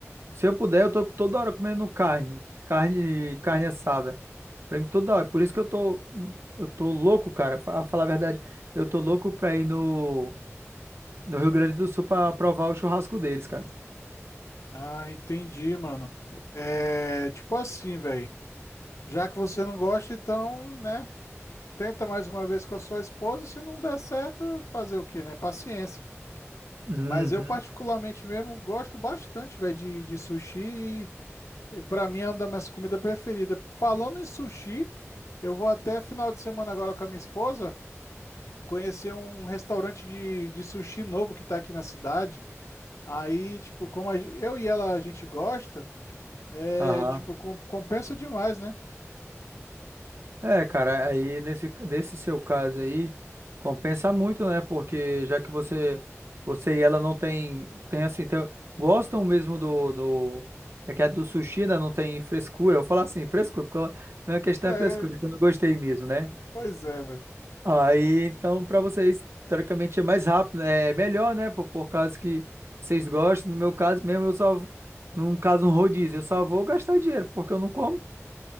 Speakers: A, on the right; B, on the left.
A: Se eu puder, eu tô toda hora comendo carne, carne, carne assada. Pra mim, toda hora. Por isso que eu tô, eu tô louco, cara, fa- a falar a verdade. Eu tô louco pra ir no, no Rio Grande do Sul pra provar o churrasco deles, cara.
B: Ah, entendi, mano. É, tipo assim, velho. Já que você não gosta, então, né, tenta mais uma vez com a sua esposa, se não der certo, fazer o quê, né? Paciência.
A: Uhum.
B: Mas eu particularmente mesmo gosto bastante, velho, de, de sushi e e pra mim é uma das minhas comidas preferidas. Falando em sushi, eu vou até final de semana agora com a minha esposa conhecer um restaurante de, de sushi novo que tá aqui na cidade. Aí, tipo, como a gen- eu e ela a gente gosta, é,
A: Aham.
B: tipo, com- compensa demais, né?
A: É, cara, aí nesse, nesse seu caso aí, compensa muito, né? Porque já que você, você e ela não tem, tem assim, tem- gostam mesmo do, do, é que é do sushi, né? Não tem frescura. Eu vou falar assim, frescura, porque eu- minha questão
B: É,
A: é frescura, é que eu não gostei mesmo, né?
B: pois é, velho.
A: Aí, então, pra vocês, teoricamente é mais rápido, né? é melhor, né? Por, por causa que vocês gostam. No meu caso mesmo, eu só, num caso, um rodízio, eu só vou gastar dinheiro, porque eu não como